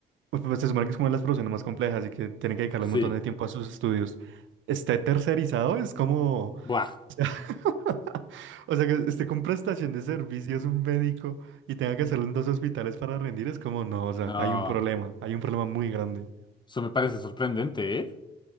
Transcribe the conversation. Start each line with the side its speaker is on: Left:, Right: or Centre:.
Right: pues, pues, se supone que es una de las profesiones más complejas y que tiene que dedicarle
Left: Sí.
Right: un montón de tiempo a sus estudios, esté tercerizado, es como...
Left: Buah,
Right: <laughs> O sea, que esté con prestación de servicios un médico y tenga que hacerlo en dos hospitales para rendir, es como, no, o sea,
Left: no.
Right: hay un problema, hay un problema muy grande.
Left: Eso me parece sorprendente, ¿eh?